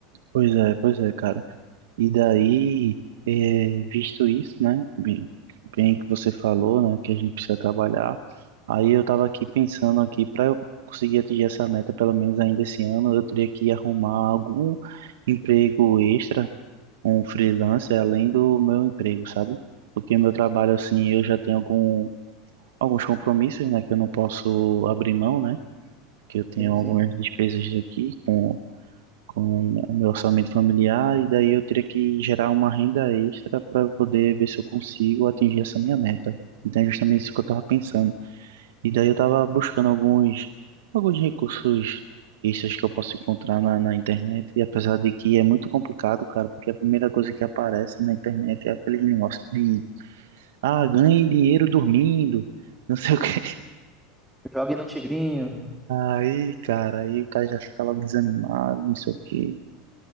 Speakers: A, on the right; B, in the centre.
A: pois é, pois é, cara. E daí, é, visto isso, né? Bem, bem que você falou, né? Que a gente precisa trabalhar. Aí eu tava aqui pensando aqui, para eu conseguir atingir essa meta, pelo menos ainda esse ano, eu teria que arrumar algum emprego extra, um freelancer, além do meu emprego, sabe? Porque meu trabalho, assim, eu já tenho algum, alguns compromissos, né? Que eu não posso abrir mão, né? Porque eu tenho
B: Sim,
A: algumas
B: sim.
A: despesas aqui com com o meu orçamento familiar e daí eu teria que gerar uma renda extra para poder ver se eu consigo atingir essa minha meta. Então é justamente isso que eu estava pensando. E daí eu estava buscando alguns alguns recursos extras que eu posso encontrar na, na internet e apesar de que é muito complicado, cara, porque a primeira coisa que aparece na internet é aquele negócio de ah, ganhe dinheiro dormindo. <laughs> Não sei o quê.
B: Jogue no Tigrinho.
A: Aí, cara, aí o cara já fica logo desanimado, não sei o quê.